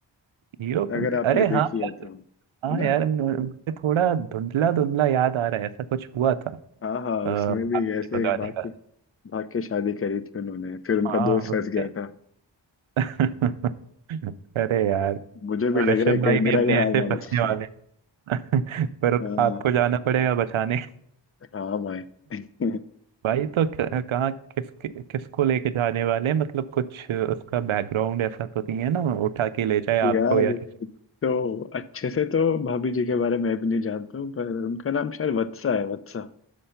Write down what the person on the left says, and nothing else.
अगर आपने
देखी
है तो है
ना
हाँ हाँ
उसमें भी ऐसे
ही भाग
के भाग के शादी करी थी उन्होंने फिर उनका
दोस्त फंस
गया था
मुझे
भी लग
रहा है
कहीं
मेरा
ये
हाल ना
हो जाए
हाँ
हाँ भाई <laughs>
यार
ये
तो अच्छे से तो भाभी जी के बारे में भी नहीं जानता हूँ पर उनका नाम शायद वत्सा है वत्सा